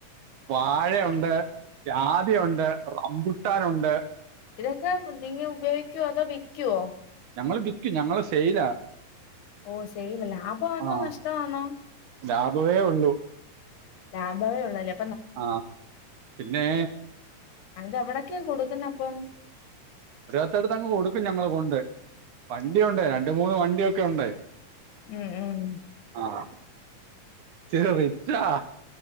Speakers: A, on the right; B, on the left.
A: വാഴയുണ്ട് ജാതി ഉണ്ട് റമ്പുട്ടാനുണ്ട്
B: ഇതൊക്കെ നിങ്ങ ഉപയോഗിക്കുവോ അതോ വിക്കുവോ
A: ഞങ്ങള് ഞങ്ങള് സെയിലാ
B: ഓ സെയില് ലാഭമാണോ
A: ആഹ്
B: നഷ്ടം ആണോ
A: ലാഭവേ ഉള്ളൂ
B: ലാഭമേ ഉള്ളലോ
A: ആഹ പിന്നെ
B: അതെവിടൊക്കെയാ കൊടുക്കുന്ന അപ്പം
A: ഓരേത്തടുത്തടുത്തങ്ങ് കൊടുക്കും ഞങ്ങള് കൊണ്ട് വണ്ടിയുണ്ട് രണ്ട് മൂന്ന് വണ്ടിയൊക്കെ ഉണ്ട്
B: ഉം ഉം
A: ആഹ് ഇച്ചിരി റിച്ചാ